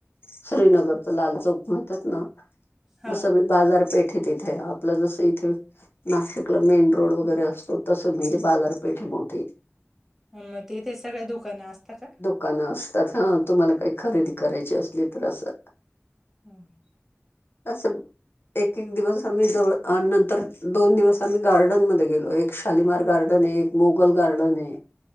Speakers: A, on the left; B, in the centre.
A: श्रीनगर. लाल चौक म्हणतात ना?
B: हा
A: मग सगळी बाजारपेठे ए तिथे. आपलं जसं इथे- नाशिकला मेन रोड वगैरे असतो. तस म्हणजे बाजारपेठ ए मोठी.
B: मग तेिथे सगळे दुकानं असता का?
A: दुकानं असतात. हा. तुम्हाला काही खरेदी करायची असली तर असं.
B: हम्.
A: असं एक एक दिवस आम्ही जवळ. आ नंतर दोन दिवस आम्ही गार्डन मध्ये गेलो. एक- शालीमार गार्डन ए. एक मोगल गार्डन ए.